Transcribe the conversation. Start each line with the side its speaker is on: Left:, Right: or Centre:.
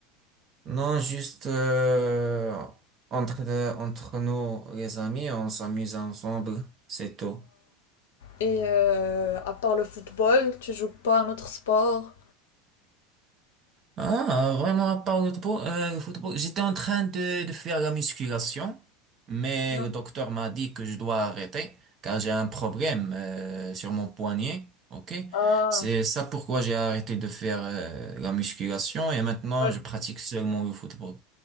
Right: Non, juste euh, entre, euh, entre nous, les amis, on s'amuse ensemble, c'est tout.
Left: Et euh, à part le football, tu joues pas un autre sport?
Right: Ah, vraiment, à part le football, euh, le football, j'étais en train de, de faire la musculation, mais
Left: Non.
Right: le docteur m'a dit que je dois arrêter car j'ai un problème euh, sur mon poignet. Ok,
Left: Ah,
Right: c'est ça pourquoi j'ai arrêté de faire euh, la musculation et maintenant
Left: ouais.
Right: je pratique seulement le football.